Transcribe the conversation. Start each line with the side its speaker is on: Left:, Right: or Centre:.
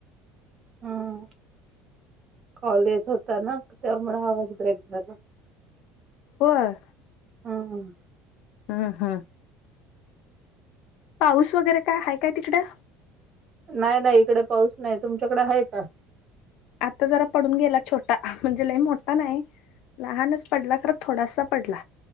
Right: हं कॉल येत होता ना, त्यामुळं आवाज ब्रेक झाला.
Left: होय.
Right: हा हं.
Left: अ हा. पाऊस वगैरे काय, आहे काय तिकडं?
Right: नाही नाही इकडे पाऊस नाही, तुमच्याकडे हाय का?
Left: आता जरा पडून गेला छोटा, म्हणजे लई मोठा नाही, लहानच पडला खरं थोडासा पडला.